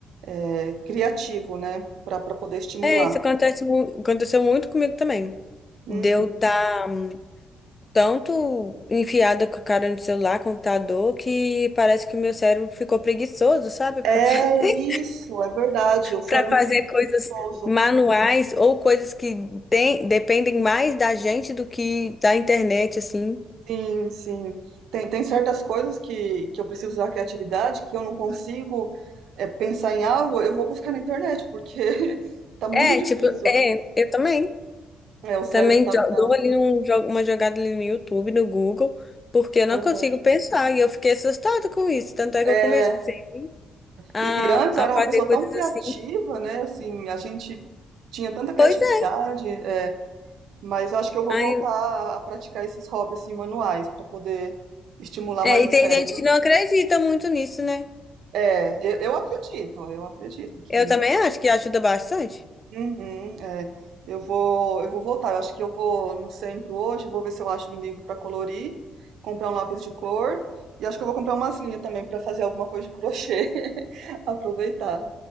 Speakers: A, on the right; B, on the left.
A: é, criativo, né? Para para poder estimular.
B: É, isso acontece, mu- aconteceu muito comigo também.
A: Uhum.
B: Deu tá tanto enfiada com a cara no celular, computador, que parece que o meu cérebro ficou preguiçoso, sabe? Pra
A: É
B: <laughs>
A: isso, é verdade. O cérebro
B: para fazer
A: fica preguiçoso.
B: coisas manuais ou coisas que tem- dependem mais da gente do que da internet, assim.
A: Sim, sim. Tem, tem certas coisas que, que eu preciso usar a criatividade, que eu não consigo é, pensar em algo, eu vou buscar na internet, porque <laughs> tá muito
B: É,
A: difícil.
B: tipo, é, eu também.
A: É, o cérebro
B: Também
A: tava,
B: jo-
A: tá.
B: dou ali um jo- uma jogada ali no YouTube, no Google, porque eu não
A: aham.
B: consigo pensar. E eu fiquei assustada com isso. Tanto é que
A: É,
B: eu comecei
A: é.
B: a,
A: E, e antes
B: a
A: eu era
B: fazer
A: uma pessoa
B: coisas
A: tão criativa,
B: assim.
A: né? Assim, a gente tinha tanta criatividade.
B: Pois é.
A: é, Mas eu acho que eu vou
B: Aí
A: voltar
B: eu-
A: a a praticar esses hobbies assim, manuais para poder estimular
B: é.
A: mais
B: E
A: o
B: tem
A: cérebro.
B: gente que não acredita muito nisso, né?
A: É, eu, eu acredito, eu acredito que
B: Eu também acho que ajuda bastante.
A: Uhum, é. Eu vou, eu vou voltar. Eu acho que eu vou no centro hoje, vou ver se eu acho um livro para colorir, comprar um lápis de cor e acho que eu vou comprar umas linhas também para fazer alguma coisa de crochê, <laughs> aproveitar.